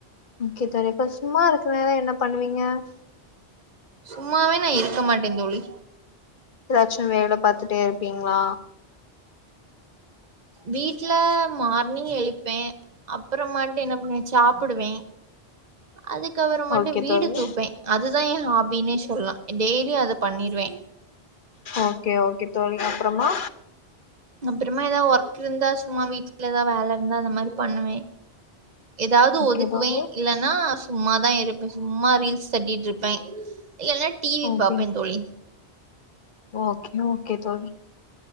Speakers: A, on the left (about 50°); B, on the right (about 40°).
A: ஓகே தோழி இப்ப சும்மா இருக்குற நேர என்ன பண்ணுவீங்க
B: சும்மாவே நா இருக்கமாட்டே தோழி
A: எதாச்சு வேல பாத்துட்டே இருப்பீங்களா
B: வீட்ல மார்னிங் எழிப்பே அப்புறமாட்டு என்ன பண்ணுவே சாப்பிடுவே அதுக்கப்புறமாட்டு
A: ஓகே
B: வீடு
A: தோழி
B: தூப்பே அது அதா ஏ ஹாபினே சொல்லா டெய்லியு அத பண்ணிருவே
A: ஓகே ஓகே தோழி அப்புறமா
B: அப்றமா எதா ஒர்க் இருந்தா சும்மா வீட்ல ஏதா வேலை இருந்தா அத மாரி பண்ணுவே எதாவது
A: ஓகே
B: ஒதுக்குவே
A: தோழி
B: இல்லன்னா சும்மா தா இருப்பே சும்மா ரீல்ஸ் தட்டிட்டு இருப்பே இல்லன்னா டிவி
A: ஓகே
B: பாப்பே தோழி
A: ஓகே ஓகே தோழி